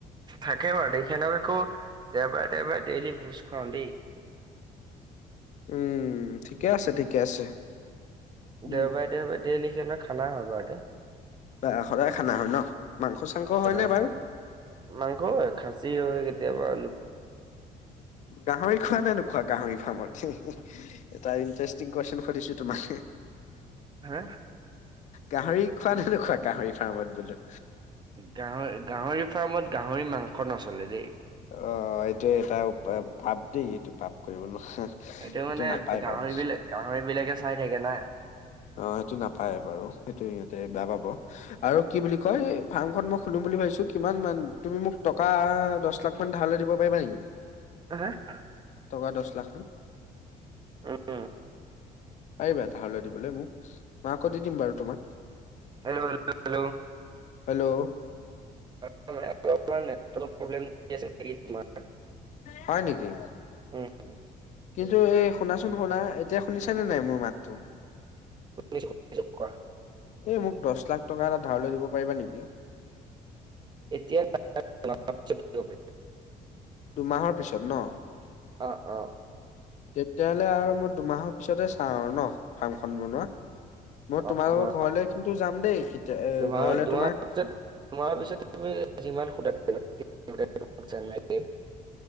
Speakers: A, on the right (about 30°); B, on the left (about 50°).
A: থাকে বাৰু <unintelligible> আকৌ দেওবাৰে দেওবাৰে ডেইলী ভোজ খুৱাও দেই।
B: উম ঠিকে আছে ঠিকে আছে।
A: দেওবাৰে,
B: উম
A: দেওবাৰে দেইলি সিহঁতৰ খানা হয় বাৰু দে
B: বা সদায় খানা হয় নহ মাংস চাংস
A: সদায়
B: হয়নে
A: খানা।
B: বাৰু।
A: মাংস হয় খাচী হয় কেতিয়াবা লোক
B: গাহৰি খোৱা নোখোৱা গাহৰি ফাৰ্মত। এটা ইণ্টাৰেষ্টিং কুৱেশন সুধিছোঁ তোমাক।
A: হা।
B: গাহৰি খোৱা নে নোখোৱা গাহৰি ফাৰ্মত বোলো।
A: গাহ-গাহৰি ফাৰ্মত গাহৰি মাংস নচলে দেই।
B: অ' এইটো এটা পাপ দেই এইটো পাপ কৰিব নোৱাৰা।
A: এইটো মানে
B: নাপায়
A: গাহৰি
B: বাৰু।
A: বিলাক গাহৰি বিলাকে চাই থাকে না।
B: অ সেইটো নাপায় বাৰু সেইটো সিহঁতে বেয়া পাব। আৰু কি বুলি কয় ফাৰ্মখন মই খুলিম বুলি ভাৱিছো কিমান মান তুমি মোক টকা দহ লাখ ধাৰলৈ দিব পাৰিবা নেকি?
A: <unintelligible>
B: টকা দহ লাখ মান।
A: উম।
B: পাৰিবা ধাৰলৈ দিবলৈ মোক মই আকৌ দি দিম বাৰু তোমাক।
A: Hello hello.
B: হেল্ল'
A: <unintelligible>
B: হয় নেকি?
A: উম,
B: কিন্তু এই শুনাচোন শুনা এতিয়া শুনিছা নে নাই মোৰ মাতটো?
A: <unintelligible>
B: এই মোক দহ লাখ টকা এটা ধাৰলৈ দিব পাৰিবা নেকি।
A: এতিয়া। <unintelligible>
B: দুমাহৰ পিছত নহ।
A: অ, অ।
B: তেতিয়াহ'লে আৰু মই দুমাহৰ পিছতে চাওঁ আৰু নহ ফাৰ্মখন বনোৱা। মই
A: অ
B: তোমালোকৰ
A: ধোঁৱা
B: ঘৰলৈ কিন্তু যাম দেই <unintelligible> এ'
A: ধোঁৱা
B: ঘৰলে
A: ধোঁৱা
B: তোমাক।
A: <unintelligible>